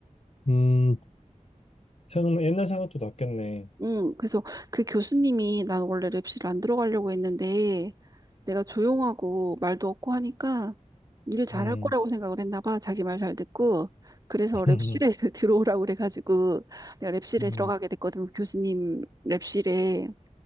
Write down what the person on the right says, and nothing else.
응, 그래서 그 교수님이 난 원래 랩실을 안 들어가려고 했는데 내가 조용하고 말도 없고 하니까 일 잘할
거라고 생각을 했나 봐. 자기 말 잘 듣고. 그래서
랩실에 <laughs> 들어오라고 그래가지고 내가 랩실에
들어가게 됐거든. 그 교수님 랩실에.